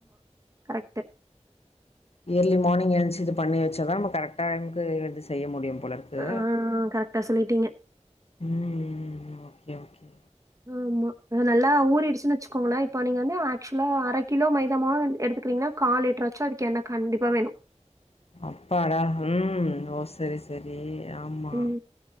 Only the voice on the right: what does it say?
கரெக்ட்
ஆ கரெக்டா சொல்லிட்டீங்க
ஆமா நல்லா ஊறிடுச்சுனு வச்சுக்கோங்களே இப்ப நீங்க வந்து ஆக்சுவலா அரை கிலோ மைதா மாவு எடுத்துக்கிறீங்கன்னா கால் லிட்டராச்சும் அதுக்கு எண்ண கண்டிப்பா வேணும்
ம்.